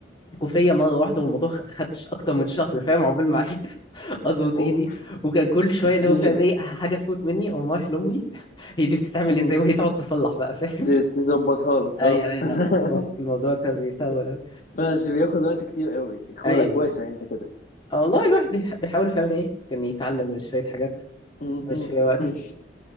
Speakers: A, on the left; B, on the left.
A: كوفيه مره واحده والموضوع خ- خدش اكتر من شهر فاهم عقبال ما عرفت <laughs> اظبط
B: اوف
A: ايدي وكان كل شويه
B: كتير
A: اللي هو فاهم ايه حاجه تفوت مني او رايح لامي <laughs> هي دي بتتعمل
B: مم.
A: ازاي وهي تقعد تصلح بقى فاهم
B: ت- تظبطها لك
A: ايوه
B: اه
A: ايوه
B: <laughs>
A: لا الموضوع الموضوع كان بيطول قوي
B: بس بياخد وقت كتير قوي خلقك
A: ايوه
B: واسع انت كده
A: اه والله الواحد بيح- بيحاول فاهم ايه كان يتعلم شوية حاجات
B: مم.
A: مش في وقته
B: <laughs>